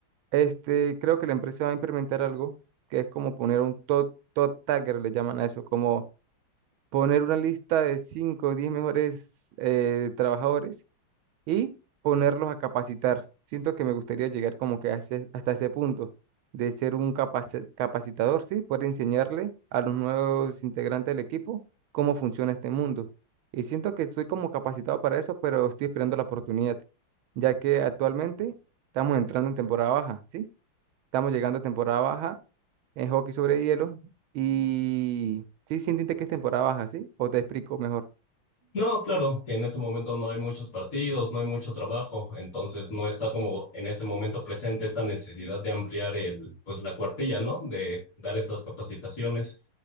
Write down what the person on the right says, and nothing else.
Este, creo que la empresa va a implementar algo que es como poner un top, top tagger, le llaman a eso, como poner una lista de 5 o 10 mejores eh, trabajadores y ponerlos a capacitar. Siento que me gustaría llegar como que a ese- hasta ese punto de ser un capaci- capacitador, ¿sí? Poder enseñarle a los nuevos integrantes del equipo cómo funciona este mundo. Y siento que estoy como capacitado para eso, pero estoy esperando la oportunidad, ya que actualmente estamos entrando en temporada baja, ¿sí? Estamos llegando a temporada baja en hockey sobre hielo. Y sí, sí entiende que es temporada baja, ¿sí? O te explico mejor.